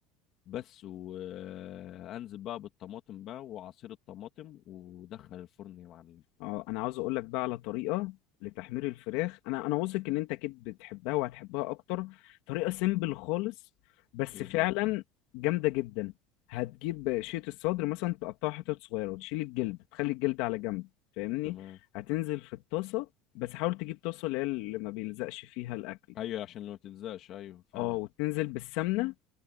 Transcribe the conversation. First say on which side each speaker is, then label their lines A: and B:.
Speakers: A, on the left; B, on the left.
A: بس وانزل بقى بالطماطم بقى وعصير الطماطم ودخل الفرن يا معلم
B: اه انا عاوز اقول لك بقى على طريقه لتحمير الفراخ انا انا واثق ان انت اكيد بتحبها وهتحبها اكتر طريقه سيمبل خالص بس
A: ايه
B: فعلا
A: بقى الط-
B: جامده جدا هتجيب شيت الصدر مثلا تقطعها حتت صغيره وتشيل الجلد تخلي الجلد على جنب فاهمني
A: تمام
B: هتنزل في الطاسه بس حاول تجيب طاسه اللي هي اللي ما بيلزقش فيها الاكل
A: ايوه عشان لو ما تلزقش ايوه فاهم
B: اه وتنزل بالسمنه